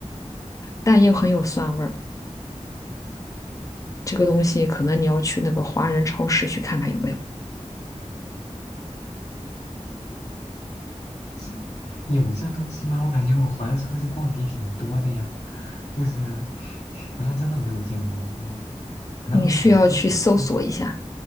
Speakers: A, on the left; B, on the left.
A: 但又很有蒜味儿。这个东西可能你要去那个华人超市去看看有没有，
B: <laughs> 是有这东西吗？我感觉我华人超市逛的也挺多的呀，就是好像真的没有见过哦，可能我找的不仔细。
A: 你需要去搜索一下。